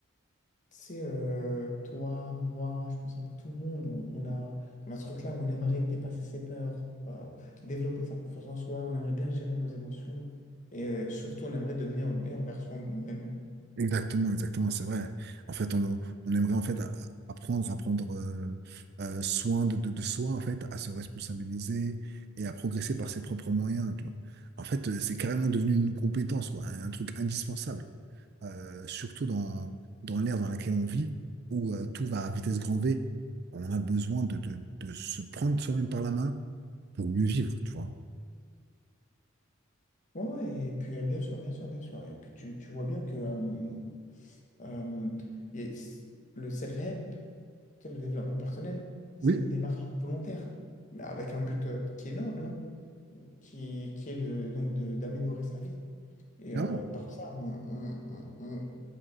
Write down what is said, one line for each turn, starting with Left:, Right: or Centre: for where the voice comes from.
Left: tu sais, euh, toi, moi, je pense un peu tout le monde, on, on a, on a ce truc-là où on aimerait dépasser ses peurs, euh, développer sa confiance en soi, on aimerait bien gérer nos émotions et euh, surtout, on aimerait devenir une meilleure version de nous-mêmes.
Right: Exactement, exactement, c'est vrai. En fait, on, on aimerait en fait a- apprendre à prendre euh, euh, soin de, de, de soi, en fait, à se responsabiliser et à progresser par ses propres moyens, tu vois. En fait, euh, c'est carrément devenu une compétence, quoi, un, un truc indispensable, Euh, surtout dans, dans l'ère dans laquelle on vit, où euh, tout va à vitesse grand V. On a besoin de, de, de se prendre soi-même par la main pour mieux vivre, tu vois.
Left: Ouais, ouais, et puis euh, bien sûr, bien sûr, bien sûr. Et puis tu, tu vois bien que euh, euh, et s- le self-help, Tu sais, Le développement personnel, c'est
Right: Oui,
Left: une démarche volontaire, mais avec un but euh, qui est noble, hein, qui, qui est de, donc de- d'améliorer sa vie. Et
Right: clairement,
Left: euh, par ça, on, on- on- on-